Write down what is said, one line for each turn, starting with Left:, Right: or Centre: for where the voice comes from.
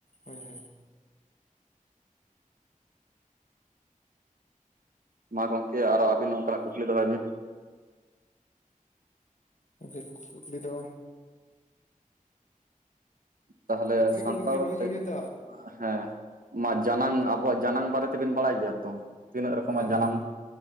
Left: ᱦᱳᱭᱻᱦᱳᱭᱻ᱾
Right: ᱢᱟ ᱜᱚᱝᱠᱮ ᱟᱨᱚ ᱟᱹᱵᱤᱱ ᱱᱚᱝᱠᱟᱱᱟᱜ ᱠᱩᱠᱞᱤ ᱫᱚᱦᱚᱭ ᱵᱤᱱ᱾
Left: ᱜᱚᱝᱠᱮ ᱠᱩᱠᱞᱤ ᱫᱚ
Right: ᱛᱟᱦᱚᱞᱮ
Left: ᱠᱩᱠᱞᱤ
Right: ᱥᱟᱱᱛᱟᱲ
Left: ᱠᱚ ᱜᱚᱢᱠᱮ ᱵᱟᱹᱞᱤᱧ
Right: ᱛᱮ
Left: ᱩᱭᱦᱟᱹᱨ ᱮᱫᱟ
Right: ᱦᱮᱸ ᱢᱟ ᱡᱟᱱᱟᱝ ᱟᱵᱚᱣᱟᱜ ᱡᱟᱱᱟᱝ ᱵᱟᱨᱮ ᱛᱮᱵᱤᱱ ᱵᱟᱲᱟᱭ ᱜᱮᱭᱟ ᱛᱚ, ᱛᱤᱱᱟᱹᱜ ᱨᱚᱠᱚᱢᱟ
Left: ᱡᱟᱱᱟᱢ
Right: ᱡᱟᱱᱟᱝ?